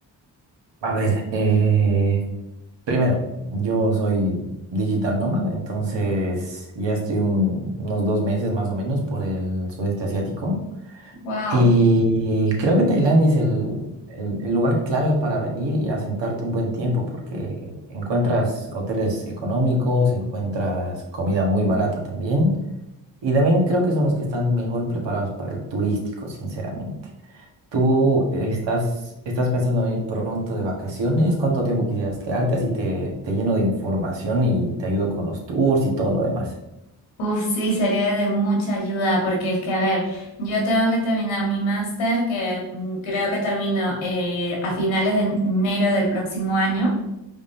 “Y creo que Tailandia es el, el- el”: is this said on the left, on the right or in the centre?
Right